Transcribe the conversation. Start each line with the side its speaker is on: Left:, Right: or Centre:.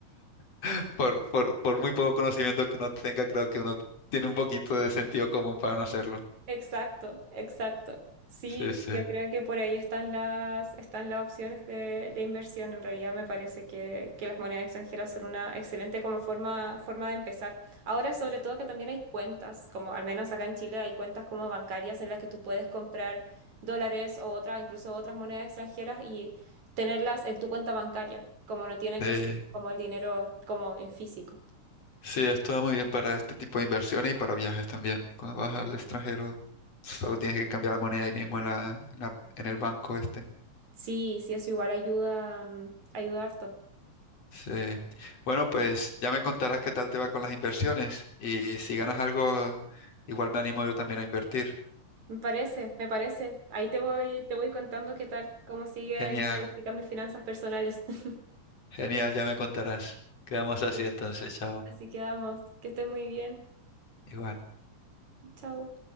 Left: <laughs> por, por, por muy poco conocimiento que uno tenga, creo que uno tiene un poquito de sentido común para no hacerlo.
Right: Exacto, exacto. Sí,
Left: Sí, sí.
Right: yo creo que por ahí están las, están las opciones de, de inversión. En realidad me parece que, que las monedas extranjeras son una excelente como forma, forma de empezar. Ahora, sobre todo que también hay cuentas, como al menos acá en Chile hay cuentas como bancarias en las que tú puedes comprar dólares o otras, incluso otras monedas extranjeras y tenerlas en tu cuenta bancaria, como no tiene
Left: Eh,
Right: que ser como el dinero como en físico.
Left: sí, esto va muy bien para este tipo de inversiones y para viajes también. Cuando vas al extranjero, solo tienes que cambiar la moneda ahí mismo en la, en la- en el banco este.
Right: Sí, sí, eso igual ayuda, mm, ayuda harto.
Left: Sí. Bueno, pues ya me contarás qué tal te va con las inversiones y si ganas algo, igual me animo yo también a invertir.
Right: Me parece, me parece. Ahí te voy, te voy contando qué tal, cómo sigue
Left: Genial.
Right: planificar mis finanzas personales. <laughs>
Left: Genial, ya me contarás. Quedamos así
Right: Sí.
Left: entonces, chao.
Right: Así quedamos. Que estés muy bien.
Left: Igual.
Right: Chao.